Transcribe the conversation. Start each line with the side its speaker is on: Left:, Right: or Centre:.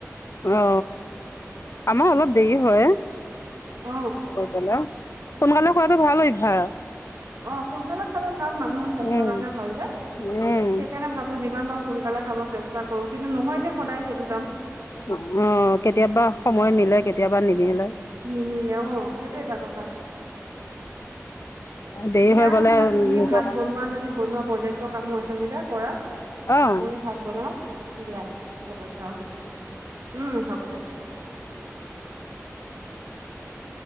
Left: অ আমাৰ অলপ দেৰি হয়ে।
Right: অ
Left: গৈ পেলাই সোনকালে খোৱাতটো ভাল অভ্যাস।
Right: অঁ সোনকালে খালে- ভাল মানুহৰ স্বাস্থ্যৰ
Left: উম,
Right: কাৰণে ভাল যে সেইকাৰণে
Left: উম,
Right: ভাবো যিমান পাৰো সোনকালে খাব চেষ্টা - কৰো কিন্তু নহয়গে সদায় সেইটো কাম।
Left: অঁ কেতিয়াবা সময় মিলে কেতিয়াবা নিমিলে।
Right: নিমিলে অঁ সেইটো এটা কথা।
Left: দেৰি
Right: দিয়া
Left: হৈ গ'লে
Right: নহলে তুমি
Left: নিজৰ
Right: ভাত
Left: কাৰণে
Right: বনোৱা যদি বনোৱা প্ৰজেক্- ত কামো আছে যেতিয়া কৰা।
Left: অ',
Right: মইও ভাত বনাও দিয়া হ'ব দিয়া অঁ। উম' হ'ব দিয়া।